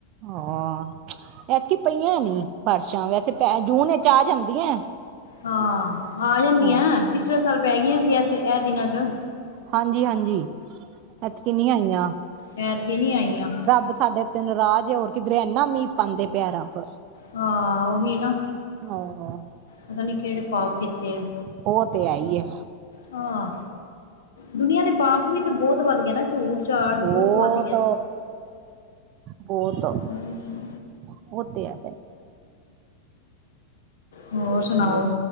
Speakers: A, on the right; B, on the left.
A: ਹਾਂ। ਇਤਕੀ ਪਈਆਂ ਨੀ ਬਾਰਿਸ਼ਾਂ ਵੇਸੇ ਪੈ ਜੂਨ ਵਿੱਚ ਆ ਜਾਂਦੀਆਂ।
B: ਹਾਂ ਆ ਜਾਂਦੀਆਂ
A: ਹਾਂ
B: ਪਿਛਲੇ ਸਾਲ ਪੈ ਗਈਆਂ ਸੀ ਇਸ ਇਹ ਦਿਨਾਂ ਚ
A: ਹਾਂਜੀ-ਹਾਂਜੀ, ਇੱਥੇ ਨਹੀਂ ਆਈਆਂ।
B: ਐਤ ਕੀ ਨਹੀਂ ਆਈਆਂ।
A: ਰੱਬ ਸਾਡੇ ਤੇ ਨਰਾਜ ਹੋਰ ਕਿਧਰੇ ਇੰਨਾ ਮੀਂਹ ਪਾਉਂਦੇ ਪਿਆ ਰੱਬ।
B: ਹਾਂ, ਉਹੀ ਨਾ,
A: ਹਾ।
B: ਪਤਾ ਨੀ ਕਿਹੜੇ ਪਾਪ ਕੀਤੇ ਆ।
A: ਉਹ ਤੇ ਐ ਹੀ ਆ।
B: ਹਾਂ ਦੁਨੀਆਂ ਦੇ ਪਾਪ ਵੀ ਤੇ ਬਹੁਤ ਵੱਧ ਗਿਆ ਨਾ ਝੂਠ ਚਾਟ
A: ਬਹੁਤ
B: ਵੱਧ ਗਿਆ।
A: ਬਹੁਤ
B: <inaudible>
A: ੳਹ ਤੇ ਆ
B: ਹੋਰ ਸੁਣਾਓ
A: ਹੋ